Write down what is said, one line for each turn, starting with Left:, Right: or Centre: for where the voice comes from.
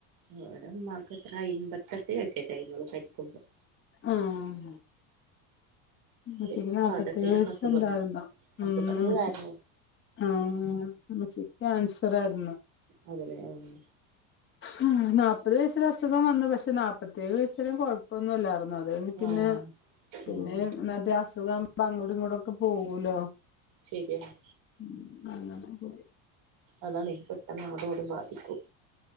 Right: ഇവടെ മ്മാക്ക് എത്രേ അയ്മ്പത്തെട്ട് വയസ്സേറ്റായിന്നൊള്ളൂ മരിക്കുമ്പം
Left: ആഹ് മ്മച്ചിക്ക്
Right: ഈ
Left: ന്നാപ്പത്തേഴ്
Right: വാതത്തിന്റെക്കെ
Left: വയസ്സ്
Right: അസുഖണ്ട്
Left: ണ്ടായ്രുന്നു മ്
Right: അസുഖങ്ങള്
Left: ന്ന് മ്മച്ചി
Right: കാരണം
Left: ആഹ് മ്മച്ചിക് കേൻസറായ്രുന്നു
Right: അതലേ ആഹ്
Left: മ് ന്നാപ്പത് വയസ്സ്ല് അസുഖം വന്നു പക്ഷെ ന്നാപ്പത്തേഴ് വയസ്സ് രേം കൊഴപ്പൊന്നുംല്ലായിരുന്നു അൽ <unintelligible> പിന്നേ
Right: ആഹ്
Left: പിന്നേ
Right: ഉം
Left: മെറ്റേ അസുഖം പ്പം അങ്ങോട്ടു ഇങ്ങോട്ടൊക്കെ പോവൂലോ
Right: ശരിയാണ്
Left: മ് അങ്ങനെ പോയി
Right: അതാണെ പെട്ടെന്ന് അങട്ടുംഇങട്ടും ബാധിക്കു